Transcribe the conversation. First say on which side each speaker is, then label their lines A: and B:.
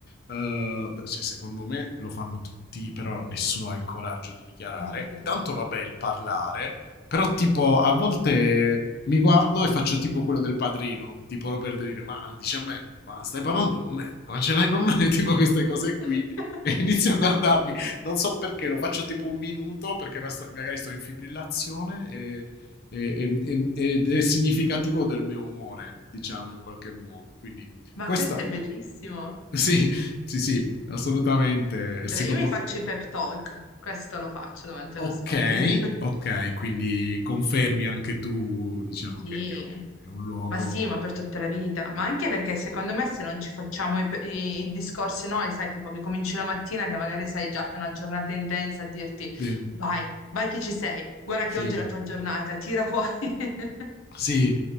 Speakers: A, on the left; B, on the left.
A: eh, cioè, secondo me lo fanno tutti, però nessuno ha il coraggio di dichiarare.
B: Di dirlo.
A: Intanto, vabbè, il parlare. Però tipo a volte mi guardo e faccio tipo quello del padrino, tipo Robert De Niro, ma dice a me, ma stai parlando con me, ma ce l'hai con me, <laughs> tipo queste cose qui.
B: <laughs>
A: E inizio a guardarmi, non so perché, lo faccio tipo un minuto perché ma- magari sto in fibrillazione e- e- e- ed è significativo del mio umore, diciamo in qualche modo. Quindi
B: Ma
A: questa,
B: questo
A: <laughs>
B: è bellissimo.
A: sì, sì, sì, assolutamente, secondo
B: Vabbè, io mi faccio i pep talk, questo lo faccio davanti allo
A: Okay,
B: specchio. <laughs>
A: okay, quindi confermi anche tu, diciamo
B: Sì,
A: che è u è un luogo
B: ma sì, ma per tutta la vita, ma anche perché secondo me se non ci facciamo i, i- i discorsi noi, sai, tipo che cominci la mattina che magari sai già che è una giornata intensa a dirti
A: sì,
B: vai, vai che ci sei, guarda
A: sì,
B: che oggi è la tua giornata, tira fuori. <laughs>
A: sì,